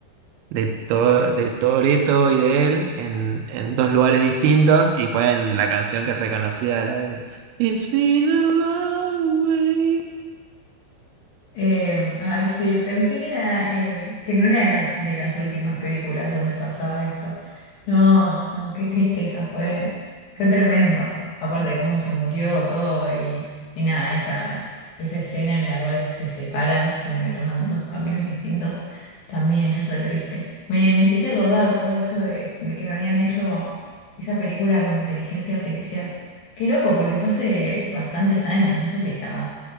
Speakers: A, on the right; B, on the left.
A: de, To- de Toretto y de él en, en dos lugares distintos y ponen la canción que es reconocida, la de It's been a long way.
B: Eh, ay, sí, pensé que era, eh, que no era de las, de las últimas películas donde pasaba esto. No, no, qué tristeza, fue, fue tremendo. Aparte de cómo se murió todo y, y nada, esa, esa escena en la cual se separan, como que toman dos caminos distintos, también es re triste. Me, me hiciste acordar todo esto de, de que habían hecho esa película con inteligencia artificial. Qué loco, porque fue hace bastantes años, no sé si estaba